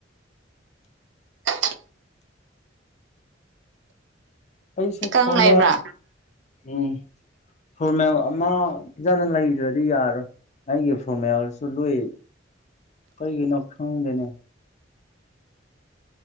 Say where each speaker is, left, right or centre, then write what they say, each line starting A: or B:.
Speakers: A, on the right (about 75°); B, on the left (about 35°).
A: ꯇ
B: ꯑꯩꯩꯁꯨ
A: ꯀꯪ
B: ꯐꯣꯟꯣꯟ
A: ꯂꯩꯕ꯭ꯔꯥ
B: ꯎꯝ ꯍꯣꯔꯃꯦꯜ ꯑꯃ ꯐꯖꯅ ꯂꯩꯗ꯭ꯔꯗꯤ ꯌꯥꯔꯣꯏ ꯑꯩꯒꯤ ꯐꯣꯔꯃꯦꯂꯥꯁꯨ ꯂꯨꯏ ꯀꯔꯤꯒꯤꯅꯣ ꯈꯪꯗꯦꯅꯦ